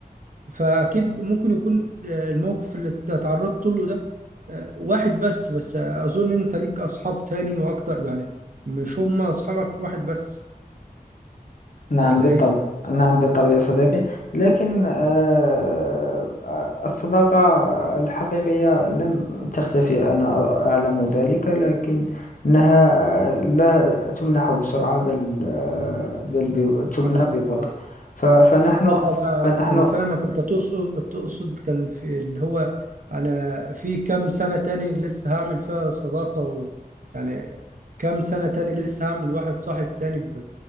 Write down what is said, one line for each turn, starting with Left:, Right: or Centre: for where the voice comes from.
Right: فاكيد ممكن يكون آه، الموقف اللي ت- تعرضت له ده آه، واحد بس بس آه، اظن انت ليك اصحاب تاني واكتر يعني مش هم اصحابك واحد بس
Left: نعم
Right: ولا
Left: بالطبع
Right: ايه
Left: نعم بالطبع يا صديقي لكن آه، الصداقة الحقيقية لم تختفي أنا أعلم ذلك لكنها آه، لا تمنح بسرعة بل آه، بل بي- تبنى
Right: انا
Left: ببطء
Right: آه.
Left: ف- فنحن
Right: اه انا
Left: فنحن
Right: انا فاهمك انت تقصد تقصد كان في اللي هو انا في كام سنة تاني لسه هعمل فيها صداقة و يعني كام سنة تاني لسه هعمل واحد صاحب تاني ب...